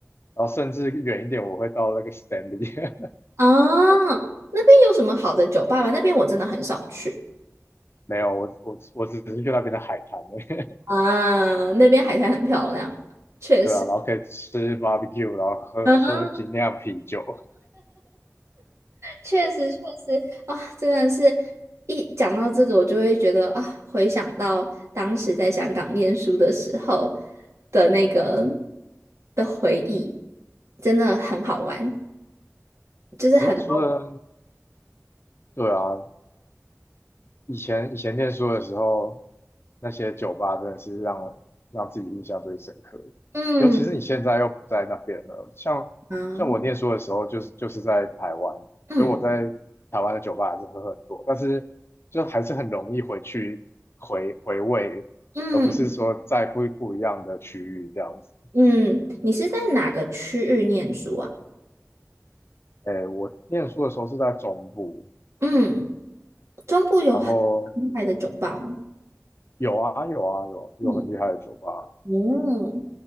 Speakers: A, on the left; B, on the right.
A: 后甚至远一点，我会到那个 Stanley。
B: 啊，那边有什么好的酒吧吗？那边我真的很少去
A: <laughs> 没有，我我我只是去那边的海滩而已。
B: 啊，那边海滩很漂亮，
A: <laughs>
B: 确实，
A: 对啊，然后可以吃 barbecue，然后喝喝精酿啤酒。
B: 嗯，确实确实啊，真的是一讲到这个，我就会觉得啊，回想到当时在香港念书的时候的那个的回忆，真的很好玩，
A: <laughs>
B: 就是很多
A: 诶，除了对啊，以前以前念书的时候，那些酒吧真的是让让自己印象最深刻的。
B: <laughs>，嗯
A: 尤其是你现在又不在那边了，像像我念书的时候，
B: 嗯
A: 就是就是在台湾，
B: 嗯
A: 所以我在台湾的酒吧还是喝很多，但是就还是很容易回去回回味，
B: 嗯
A: 而不是说在不不一样的区域这样子。
B: 嗯，你是在哪个区域念书啊？
A: 诶，我念书的时候是在中部，
B: 嗯。中部有很厉害的酒吧吗？
A: 然后有啊有啊有有很厉害的酒吧，
B: 嗯，哦，